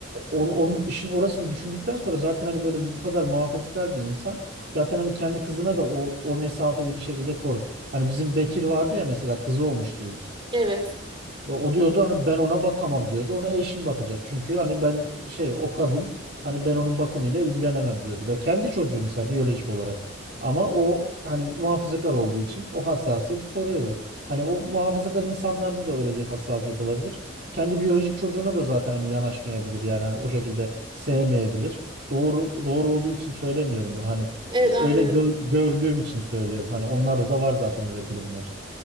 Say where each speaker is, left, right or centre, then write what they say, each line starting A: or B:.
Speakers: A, on the right; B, on the right.
A: onu- onun işin orasını düşündükten sonra zaten hani böyle bu kadar muhafazakar bir insan zaten hani kendi kızına da o, o mesafeyi bir şekilde korur. Hani bizim Bekir vardı ya mesela kızı olmuştu ilk.
B: Evet.
A: O diyordu hani ben ona bakamam diyordu. Ona eşim bakacak. Çünkü hani ben şey o kadın hani ben onun bakımıyla ilgilenemem diyordu. Ve kendi çocuğu mesela biyolojik olarak. Ama o hani muhafazakar olduğu için o hassasiyeti koruyordu. Hani o muhafazakar insanlarda da öyle bir hassasiyet olabilir. Kendi biyolojik çocuğuna da zaten hani yanaşmayabilir yani hani o şekilde sevmeyebilir. Doğru doğru olduğu için söylemiyorum bunu hani
B: Evet
A: öyle
B: anlıyorum.
A: gö- gördüğüm için söylüyorum. Hani onlarda da var zaten öyle durumlar.